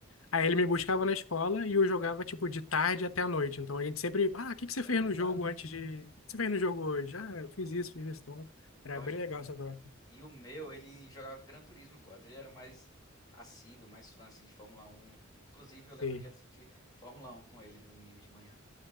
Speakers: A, on the left (about 85°); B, on the left (about 20°).
A: Aí ele me buscava na escola e eu jogava, tipo, de tarde até a noite. Então a gente sempre, ah, o que que você
B: É
A: fez
B: bizarro.
A: no jogo antes de. O que você fez no jogo hoje? Ah, eu fiz isso, fiz isso. Então, era
B: Olha,
A: bem legal essa troca.
B: e o meu, ele jogava Gran Turismo 4. Ele era mais assíduo, mais fã, assim, de Fórmula 1. Inclusive, eu lembro
A: Sim.
B: de assistir Fórmula 1 com ele domingo de manhã.